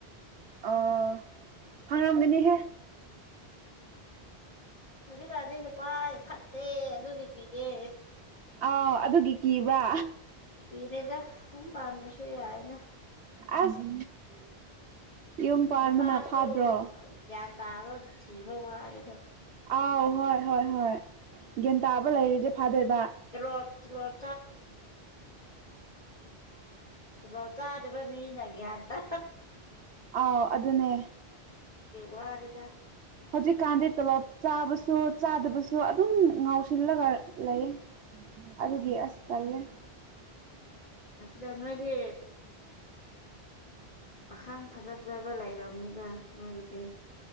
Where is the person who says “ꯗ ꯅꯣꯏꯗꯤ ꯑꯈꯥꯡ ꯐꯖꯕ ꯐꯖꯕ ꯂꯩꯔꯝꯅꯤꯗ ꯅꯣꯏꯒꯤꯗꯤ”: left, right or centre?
Left